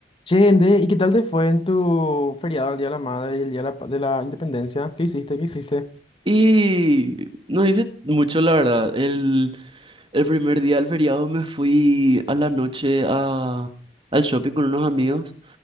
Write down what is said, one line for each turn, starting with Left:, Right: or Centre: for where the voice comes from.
Left: Che, Ende, ¿y qué tal te fue en tu feriado el Día de la Madre y el Día de la, Pa- de la Independencia? ¿Qué hiciste? ¿Qué hiciste?
Right: Y no hice mucho, la verdad. El, el primer día del feriado me fui a la noche a, al shopping con unos amigos.